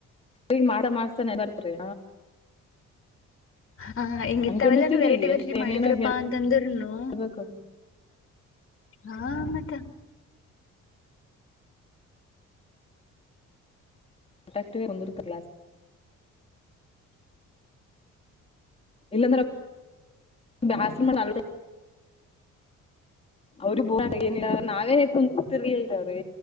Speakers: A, on the left (about 20°); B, on the left (about 45°).
A: ಈಗ ಮಾಡಾ ಮಾಡತಾನೆ ಬರ್ತ್ ರೀ.
B: ಹಾ ಹಿಂಗ
A: ಅನ್ಕೊಂಡಿರ್ತಿವ್ರಿ
B: ಇತ್ತವೆಲ್ಲಾನು ವೆರೈಟಿ
A: ಎಷ್ಟ್
B: ವೆರೈಟಿ
A: ಏನೇನೋ
B: ಮಾಡಿದ್ರಪ್ಪಾ ಅಂತಂದ್ರನು.
A: ಹೇಳ್ಬೇಕು
B: ಹಾ ಮತ್ತ.
A: ಅಟಕ್ಟಿವಂದಿ ಕ್ಲಾಸ್. ಇಲ್ಲಾಂದ್ರೆ ಬ್ಯಾಸ್ ಮಲ್ದ ಅವ್ರಿಗೆ ಬ ಏನ ನಾವೇ ಕುಂದ್ರು. ಕುಂತಿರ್ಲಿಲ್ಲ ರೀ